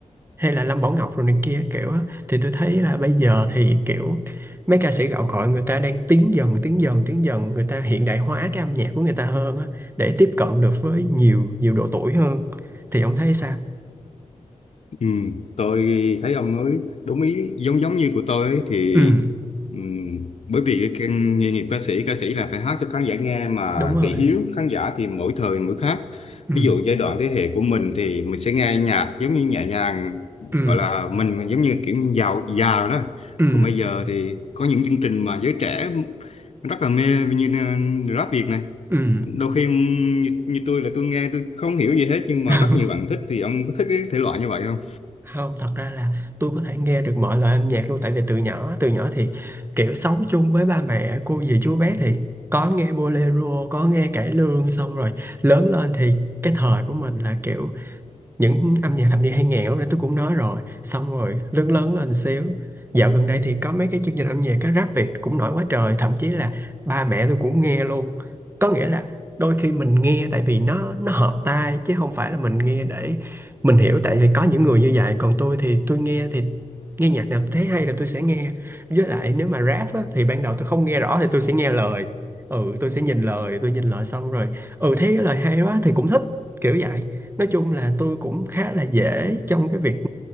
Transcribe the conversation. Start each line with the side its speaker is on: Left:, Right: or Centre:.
Right: hay là Lâm Bảo Ngọc rồi này kia kiểu á thì tôi thấy là bây giờ thì kiểu mấy ca sĩ gạo cội người ta đang tiến dần tiến dần tiến dần người ta hiện đại hóa cái âm nhạc của người ta hơn á để tiếp cận được với nhiều nhiều độ tuổi hơn thì ông thấy sao
Left: Ừ, tôi thấy ông nói đúng ý giống giống như của tôi ấy, thì
Right: ừ
Left: ừm, bởi vì cái căn- nghề nghiệp ca sĩ ca sĩ là phải hát cho khán giả nghe mà
Right: đúng rồi
Left: thị hiếu khán giả thì mỗi thời mỗi khác
Right: ừ
Left: ví dụ giai đoạn thế hệ của mình thì mình sẽ nghe nhạc giống như nhẹ nhàng
Right: ừ
Left: gọi là mình giống như kiểu giàu già rồi đó
Right: ừ
Left: còn bây giờ thì có những chương trình mà giới trẻ rất là mê như ờ, rap Việt này
Right: ừ
Left: đôi khi ừm, như, như tôi là tôi nghe tôi không hiểu gì hết nhưng mà
Right: <laughs>
Left: rất nhiều bạn thích thì ông có thích cái thể loại như vậy không
Right: không thật ra là tôi có thể nghe được mọi loại âm nhạc luôn tại vì từ nhỏ từ nhỏ thì kiểu sống chung với ba mẹ cô dì chú bé thì có nghe bolero có nghe cải lương xong rồi lớn lên thì cái thời của mình là kiểu những âm nhạc thập niên 2000 lúc nãy tôi cũng nói rồi xong rồi lớn lớn lên xíu dạo gần đây thì có mấy cái chương trình âm nhạc cái rap Việt cũng nổi quá trời thậm chí là ba mẹ tôi cũng nghe luôn có nghĩa là đôi khi mình nghe tại vì nó nó hợp tai chứ không phải là mình nghe để mình hiểu tại vì có những người như vậy còn tôi thì tôi nghe thì nghe nhạc nào tôi thấy hay là tôi sẽ nghe với lại nếu mà rap á, thì ban đầu tôi không nghe rõ thì tôi sẽ nghe lời ừ tôi sẽ nhìn lời tôi nhìn lời xong rồi ừ thấy cái lời hay quá thì cũng thích kiểu vậy nói chung là tôi cũng khá là dễ trong cái việc